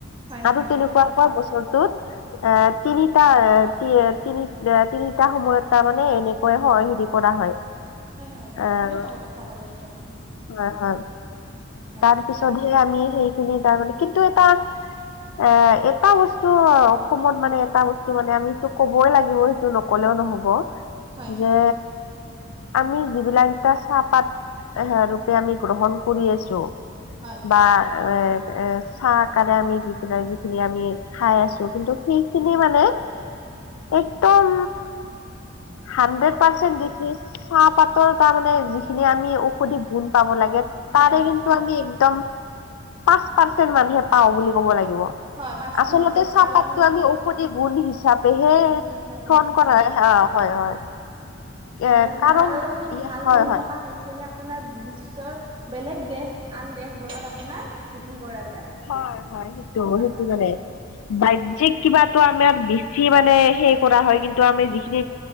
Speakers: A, on the right (about 25°); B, on the left (about 85°).
A: হয়
B: আৰু
A: হয়
B: তেনেকুৱাকোৱা
A: হয়
B: বছৰটোত এ তিনিটা তিনি তিনিটা সময়ত তাৰমানে এনেকৈ হয় হেৰি কৰা হয়।
A: হয় হয়
B: আহ
A: খুবেই ভাল কথা কলে এইটো আপুনি।
B: হয় হয়
A: হয়
B: তাৰ পিছতহে আমি সেইখিনি তাৰমানে কিন্তু এটা অ এটা বস্তু অসমত মানে এটা বস্তু মানে আমি সেইটো কবই লাগিবই টো নকলেও নহ'ব
A: হয়
B: যে আমি যিবিলাক এতিয়া চাহপাত এ ৰূপে আমি গ্ৰহণ কৰি আহিছোঁ
A: হয়।
B: বা এ এ চাহআকাৰে আমি দি পেলাই যিখিনি আমি খাই আছো কিন্তু সেইখিনি
A: হয়
B: মানে একদম
A: উ <unintelligible>
B: হাণ্ড্ৰেড পাৰ্চেন্ত দেখি। চাহপাতৰ তাৰমানে যিখিনি আমি ঔষধি গুণ পাব লাগে।
A: হয়
B: তাৰে
A: হয়
B: কিন্তু আমি একদম পাঁচ পাৰ্চেণ্ট মানহে পাওঁ বুলি ক'ব লাগিব।
A: হয় পাঁচটা
B: আচলতে
A: হয় বাৰু
B: চাহপাতটো
A: কাৰণ
B: আমি ঔষধি গুণ হিচাপ পেহীয়ে
A: গুণ হিচাপেহে
B: ফোন কৰা
A: গ্ৰহণ
B: অ'
A: কৰোঁ
B: হয় হয়। এ
A: আৰু ভাল
B: কাৰণ
A: খিনি ভাল
B: হয়
A: গুণ
B: হয়
A: থকা সেইখিনি আপোনাৰ বিশ্বৰ বেলেগ দেশ, আন দেশবোৰত আপোনাৰ বিক্ৰী কৰা যায়।
B: হয়, হয় সেইটো
A: হয়
B: সেইটো
A: হয়
B: জানে। বাহ্যিক কিবা টো আমাৰ বেছি মানে সেই কৰা হয়। কিন্তু আমি যিখিনি